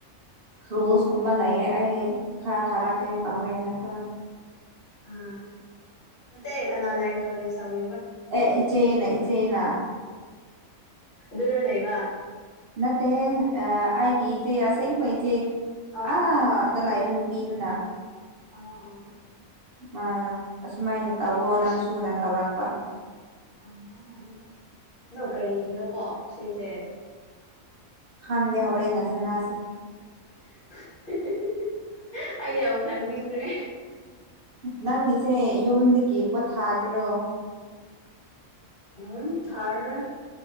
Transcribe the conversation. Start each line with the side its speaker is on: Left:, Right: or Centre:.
Right: ꯔꯨꯜꯁꯀꯨꯝꯕ ꯂꯩꯌꯦ ꯑꯩ ꯈꯔ ꯊꯥꯔꯛꯀꯦ ꯇꯧꯔꯤꯅꯦꯀꯣ
Left: ꯑꯥ ꯅꯠꯇꯦ ꯀꯅꯥꯅ ꯢꯟꯇ꯭ꯔꯣꯗꯤꯌꯨꯁ ꯇꯧ
Right: ꯑꯦ ꯏꯆꯦꯅ ꯏꯆꯦꯅꯥ
Left: ꯑꯗꯨꯗ ꯂꯩꯩꯕ
Right: ꯅꯠꯇꯦ ꯑꯥ ꯑꯩꯒꯤ ꯏꯆꯦ ꯑꯁꯦꯡꯕ ꯏꯆꯦ
Left: ꯑ
Right: ꯑꯥꯗ
Left: ꯑ
Right: ꯂꯩꯕ ꯅꯨ ꯄꯤꯗꯨꯅ
Left: ꯑꯥ ꯑꯥ ꯑꯣ
Right: ꯃꯥꯅ ꯑꯁꯨꯃꯥꯏꯅ ꯇꯧꯋꯣ ꯅꯪꯁꯨꯅ ꯇꯧꯔꯛꯄ
Left: <unintelligible> ꯑꯗꯣ ꯀꯔꯤꯒꯤꯅꯣꯀꯣ ꯁꯤꯖꯦ
Right: ꯈꯪꯗꯦ ꯍꯧꯔꯦꯟꯅ ꯁꯟꯅꯁꯦ
Left: <unintelligible> ꯑꯩ ꯌꯥꯝ ꯈꯪꯅꯤꯡꯈ꯭ꯔꯦ
Right: ꯅꯪꯒꯤꯁꯦ ꯌꯨꯝꯗꯒꯤ ꯄꯣꯊꯥꯒꯦꯔꯣ
Left: ꯍꯨꯝ ꯊꯥꯔꯔꯣꯢ